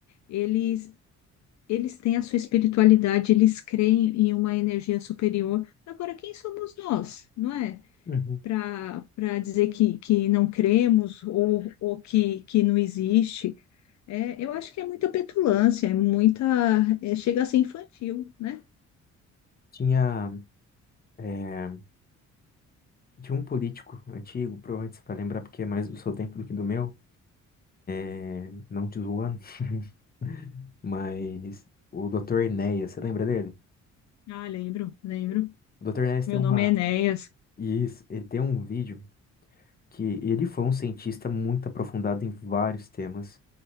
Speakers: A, on the left (about 65°); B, on the left (about 30°).
A: eles, eles têm a sua espiritualidade, eles creem em uma energia superior. Agora, quem somos nós, não é?
B: Uhum.
A: Para para dizer que, que não cremos ou, ou que, que não existe. É, eu acho que é muita petulância, é muita, é, chega a ser infantil, né?
B: Tinha, é, tinha um político antigo, provavelmente você vai lembrar porque é mais do seu tempo do que do meu, é, não te zoando, <laughs> mas o Dr. Enéas, você lembra dele?
A: Ah, lembro, lembro.
B: O Dr. Enéas
A: Meu
B: tem uma.
A: nome é Enéas.
B: Isso, ele tem um vídeo que ele foi um cientista muito aprofundado em vários temas,